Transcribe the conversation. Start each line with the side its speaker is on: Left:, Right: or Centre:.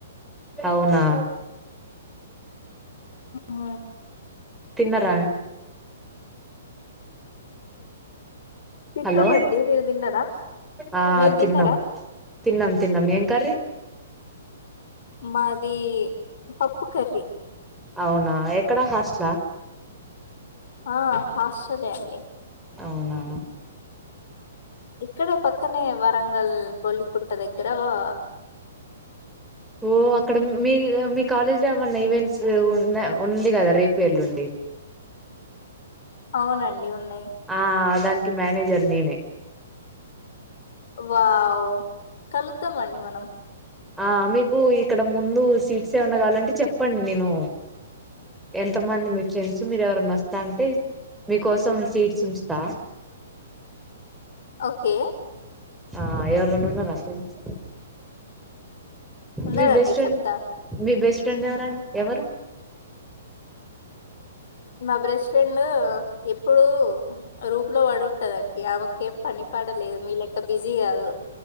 Centre: అవునా
Left: హ
Centre: తిన్నర
Left: తిట్టమండి
Centre: హలో
Left: మీరు తిన్నారా
Centre: ఆ
Left: మీరు
Centre: తిన్నాం
Left: తిన్నారా
Centre: తిన్నాం తిన్నాం ఏం కీ
Left: మాది పప్పు కర్రీ
Centre: అవునా ఎక్కడా హాస్టలా
Left: ఆ హాస్టలె అండి
Centre: అవునా
Left: ఇక్కడే పక్కనే వరంగల్ బొల్లికుంట దగ్గర వా
Centre: ఓ అక్కడ మీ మీ కాలేజ్ లో ఏమన్నా ఈవెంట్స్ ఉన్న ఉంది కదా రేపు ఎల్లుండి
Left: అవునండి ఉన్నాయి
Centre: ఆ దానికి మేనేజర్ నేనే
Left: వావ్ కలుద్దామండి మనం
Centre: ఆ మీకు ఇక్కడ ముందు సీట్స్ ఏమండగాలంటే చెప్పండి నేను ఎంతమంది మీ ఫ్రెండ్స్ మీరు ఎవరినా వస్తా అంటే మీకోసం సీట్స్ ఉంచుతా
Left: ఓకే
Centre: ఆ ఎవరన్న ఉన్నారా అండి
Left: ఉన్నారండి
Centre: మీ బెస్ట్ ఫ్రెండ్
Left: చెప్తా
Centre: మీ బెస్ట్ ఫ్రెండ్ ఎవరం ఎవరు
Left: మా బ్రేస్ ఫ్రెండ్ ఎప్పుడు రూమ్లో పడుంటదండి ఆమెకెంపని పడలేదు మీ లెక్క బిజీ కాదు